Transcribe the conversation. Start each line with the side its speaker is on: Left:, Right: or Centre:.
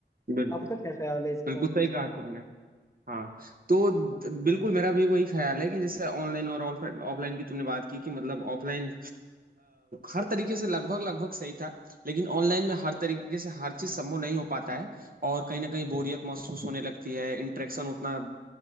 Right: बिल्कुल
Left: आपका क्या ख्याल है इसका
Right: बिल्कुल सही
Left: इसमें
Right: कहा तुमने हाँ तो द- बिल्कुल मेरा भी वही ख्याल है कि जैसे ऑनलाइन और ऑफलाइन की तुमने बात की कि मतलब ऑफलाइन हर तरीके से लगभग लगभग सही था लेकिन ऑनलाइन में हर तरीके से हर चीज संभव नहीं हो पाता है और कहीं ना कहीं बोरियत महसूस होने लगती है इंटरेक्शन उतना